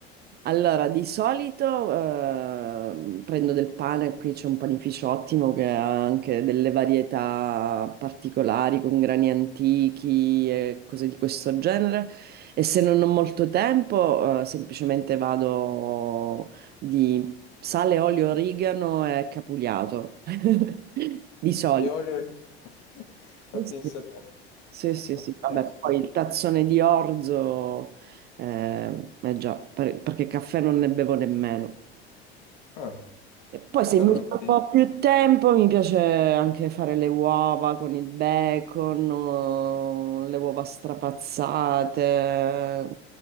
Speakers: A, on the right; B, on the left.
A: Allora, di solito eh, prendo del pane, qui c'è un panificio ottimo che ha anche delle varietà particolari con grani antichi e cose di questo genere. E se non ho molto tempo, eh, semplicemente vado di sale, olio, origano e capugliato. <laughs> Di solito.
B: Ah, le Oreo. <laughs>
A: sì.
B: Ma pensa te.
A: Sì, sì,
B: Pazzesco.
A: sì, vabbè, poi il tazzone di orzo, eh, eh già, per- perché caffè non ne bevo nemmeno.
B: Ah,
A: E poi se
B: cavolo,
A: mi metto un
B: sì.
A: po' più tempo, mi piace anche fare le uova con il bacon, o le uova strapazzate,